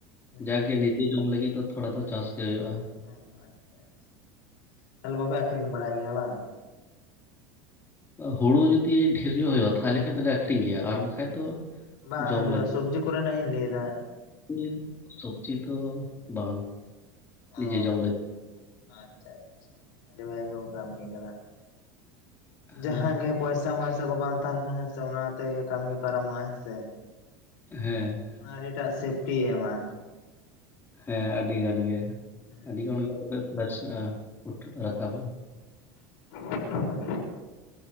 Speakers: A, on the left (about 75°); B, on the left (about 20°).
A: ᱦᱮᱸ
B: ᱡᱟᱠ ᱜᱮ ᱱᱤᱛ ᱩᱛᱩ ᱡᱚᱢ ᱞᱟᱹᱜᱤᱫ ᱫᱚ ᱛᱷᱚᱲᱟ ᱫᱚ ᱪᱟᱥ ᱜᱮ ᱦᱩᱭᱩᱜᱼᱟ᱾
A: ᱚ ᱟᱪᱪᱷᱟ ᱟᱪᱪᱷᱟ ᱛᱟᱦᱞᱮ ᱵᱟᱯᱮ ᱟᱹᱠᱷᱨᱤᱧ ᱵᱟᱲᱟᱭ ᱜᱮᱭᱟ ᱵᱟᱝ?
B: ᱦᱩᱲᱩ ᱡᱩᱫᱤ ᱰᱷᱮᱨ ᱧᱚᱜ ᱦᱩᱭᱩᱜᱼᱟ ᱛᱟᱦᱚᱞᱮ ᱠᱷᱟᱡ ᱫᱚᱞᱮ ᱟᱠᱷᱨᱤᱧ ᱜᱮᱭᱟ ᱟᱨ ᱵᱟᱠᱷᱟᱡ ᱫᱚ
A: ᱵᱟᱝ
B: ᱡᱚᱢ
A: ᱟᱫᱚ
B: ᱞᱟᱹᱜᱤᱫ
A: ᱥᱚᱵᱽᱡᱤ ᱠᱚᱨᱮᱱᱟᱜ ᱤᱧ ᱞᱟᱹᱭ ᱮᱫᱟ᱾
B: <unintelligible> ᱥᱚᱵᱽᱡᱤ ᱫᱚ ᱵᱟᱝ, ᱱᱤᱡᱮ
A: ᱚᱸ
B: ᱡᱚᱢ ᱞᱟᱹᱜᱤᱫ
A: ᱟᱪᱪᱷᱟ ᱟᱪᱪᱷᱟ ᱟᱹᱰᱤ ᱵᱷᱟᱜᱤ ᱠᱚ ᱠᱟᱹᱢᱤ ᱠᱟᱫᱟ, ᱡᱟᱦᱟᱸ
B: ᱦᱮᱸ
A: ᱜᱮ ᱯᱚᱭᱥᱟ ᱢᱚᱭᱥᱟ ᱠᱚ ᱵᱟᱝ ᱛᱟᱦᱮᱸᱱ ᱠᱷᱟᱱ ᱦᱮᱸ ᱥᱮ ᱚᱱᱟᱛᱮᱜᱮ ᱠᱟᱹᱢᱤ ᱯᱟᱨᱚᱢᱚᱜᱼᱟ ᱦᱮᱸ ᱥᱮ?
B: ᱦᱮᱸ
A: ᱚᱱᱟ ᱟᱹᱰᱤᱴᱟᱜ ᱥᱮᱯᱴᱤᱭ ᱮᱢᱟ,
B: ᱦᱮᱸ ᱟᱹᱰᱤ ᱜᱟᱱ ᱜᱮ
A: ᱦᱩᱸ
B: ᱟᱹᱰᱤᱜᱟᱱ
A: ᱦᱩᱸ
B: ᱜᱮ <unintelligible> ᱩᱴᱷᱟᱹ ᱨᱟᱠᱟᱵᱚᱜᱼᱟ᱾
A: ᱦᱳᱭ ᱦᱳᱭ